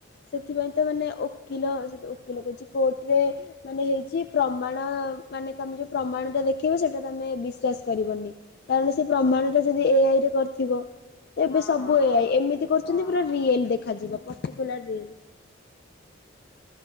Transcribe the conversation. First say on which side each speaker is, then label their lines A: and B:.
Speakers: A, on the left (about 55°); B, on the left (about 85°).
A: ସେଥିପାଇଁତ ମାନେ ଓ କିଲ ଆଜି ଓକିଲ କହୁଚି କୋର୍ଟରେ ମାନେ ହେଇଚି ପ୍ରମାଣ ମାନେ ତମେ ଯୋଉ ପ୍ରମାଣ ଟା ଦେଖେଇବ ସେଟା ତମେ ବିଶ୍ଵାସ କରିବନି କାରଣ ସେ ପ୍ରମାଣଟା ଯଦି ଏଆଇରେ କରିଥିବ ଏବେ
B: ହଁ
A: ସବୁ
B: ହଁ
A: ଏଆଇ ଏମିତି କରୁଚନ୍ତି
B: ହଁ।
A: ପୁରା ରିଅଲ ଦେଖାଯିବ ପଟିକୁଲାର ରିଅଲ